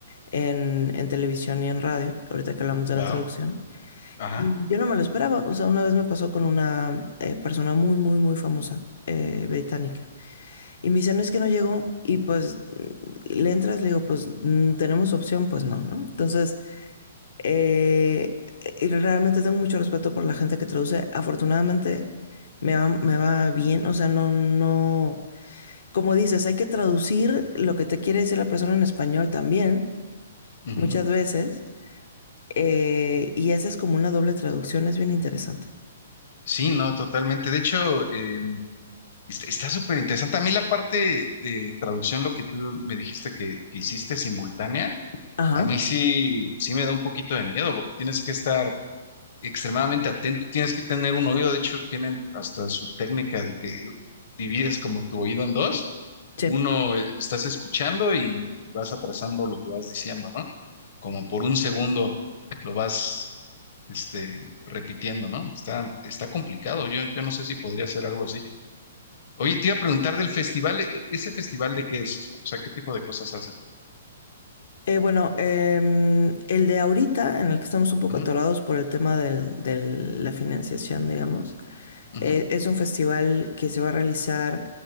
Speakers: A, on the left; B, on the left.
A: en, en televisión y en radio, ahorita que hablamos
B: Wow.
A: de la traducción.
B: Ajá.
A: Y yo no me lo esperaba, o sea, una vez me pasó con una eh, persona muy, muy, muy famosa eh, británica. Y me dice, no es que no llegó. Y pues le entras, le digo, pues mm, tenemos opción, pues no, ¿no? Entonces, eh, realmente tengo mucho respeto por la gente que traduce. Afortunadamente me va, me va bien. O sea, no, no. Como dices, hay que traducir lo que te quiere decir la persona en español también,
B: ujú.
A: muchas veces. Eh, y esa es como una doble traducción, es bien interesante.
B: Sí, no, totalmente. De hecho, eh, está está súper interesante. A mí la parte de traducción, lo que tú me dijiste que, que hiciste simultánea,
A: Ajá.
B: a mí sí, sí me da un poquito de miedo porque tienes que estar extremadamente atento, tienes que tener un oído, de hecho tienen hasta su técnica de que divides como tu oído en dos,
A: Sí.
B: uno eh, estás escuchando y vas atrasando lo que vas diciendo, ¿no? Como por un segundo lo vas, este, repitiendo, ¿no? Está, está complicado, yo, yo no sé si podría hacer algo así. Oye, te iba a preguntar del festival, ¿e- ¿ese festival de qué es? O sea, ¿qué tipo de cosas hacen?
A: Eh, bueno, em, el de ahorita, en el que estamos un poco
B: Ujú,
A: atorados por el tema del- de la financiación, digamos,
B: ujú,
A: eh, es un festival que se va a realizar